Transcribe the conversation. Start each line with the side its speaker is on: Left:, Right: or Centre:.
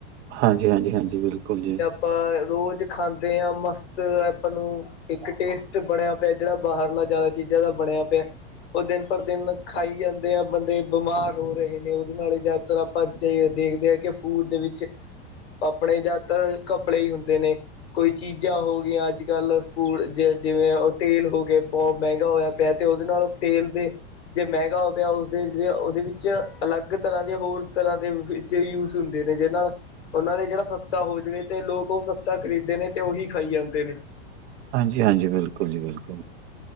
Right: ਹਾਂਜੀ ਹਾਂਜੀ ਹਾਂਜੀ ਬਿਲਕੁਲ ਜੀ।
Left: ਆਪਾਂ ਰੋਜ਼ ਖਾਂਦੇ ਆ ਮਸਤ ਆਪਾਂ ਨੂੰ ਇੱਕ ਟੇਸਟ ਬਣਿਆ ਪਿਆ ਜਿਹੜਾ ਬਾਹਰਲਾ ਜ਼ਿਆਦਾ ਚੀਜ਼ਾਂ ਦਾ ਬਣਿਆ ਪਿਆ। ਉਹ ਦਿਨ ਪਰ ਦਿਨ ਖਾਈ ਜਾਂਦੇ ਆ ਬੰਦੇ ਬਿਮਾਰ ਹੋ ਰਹੇ ਨੇ ਉਹਦੇ ਨਾਲ ਹੀ ਜ਼ਿਆਦਾਤਰ ਆਪਾਂ ਦੇਖਦੇ ਹਾਂ ਕਿ ਫੂਡ ਦੇ ਵਿੱਚ ਆਪਣੇ ਜਿਆਤਰ ਘਪਲੇ ਹੀ ਹੁੰਦੇ ਨੇ, ਕੋਈ ਚੀਜ਼ਾਂ ਹੋ ਗਈਆਂ ਅੱਜ ਕੱਲ੍ਹ। ਫੂ ਜ ਜਿਵੇਂ ਉਹ ਤੇਲ ਹੋਗੇ ਬਹੁਤ ਮਹਿੰਗਾ ਹੋਇਆ ਪਿਆ ਤੇ ਉਹਦੇ ਨਾਲ ਤੇਲ ਦੇ ਜੇ ਮਹਿੰਗਾ ਹੋ ਗਿਆ ਉਸਦੇ ਉਹਦੇ ਵਿੱਚ ਅਲੱਗ ਤਰ੍ਹਾਂ ਦੇ ਹੋਰ ਤਰ੍ਹਾਂ ਦੇ ਜੇ ਯੂਜ ਹੁੰਦੇ ਨੇ ਜਿਹ ਨਾਲ ਉਹਨਾਂ ਦੇ ਜਿਹੜਾ ਸਸਤਾ ਹੋ ਜਾਵੇ ਤੇ ਲੋਕ ਉਹ ਸਸਤਾ ਖਰੀਦਦੇ ਨੇ ਤੇ ਉਹੀ ਖਾਈ ਜਾਂਦੇ ਨੇ।
Right: ਹਾਂਜੀ-ਹਾਂਜੀ ਬਿਲਕੁਲ ਜੀ ਬਿਲਕੁਲ।